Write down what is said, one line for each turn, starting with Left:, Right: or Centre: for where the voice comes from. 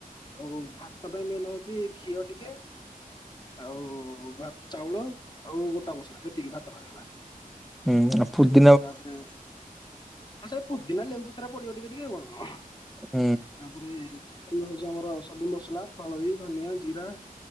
Left: ଆଉ ଭାତ ପାଇଁ ମେନ୍ ହଉଚି ଘିଅ ଟିକେ ଆଉ ଭାତ୍ ଚାଉଳ ଆଉ ଗୋଟା ମସଲା ସେତିକି ଭାତ ହେଇଗଲା।
Centre: ହୁଁ ଆଉ ଫୁତ୍
Left: ତାପରେ ହଁ ସେ ପୁଦିନା ଲେମ୍ବୁ ସେରା ପଡିବ ଟିକେ ଟିକେ ଆଉ କଣ?
Centre: ହୁଁ।
Left: ତାପରେ ଚିକେନ୍‌ ହଉଛି ଆମର ସବୁ ମସଲା ହଳଦୀ, ଧନିଆ, ଜିରା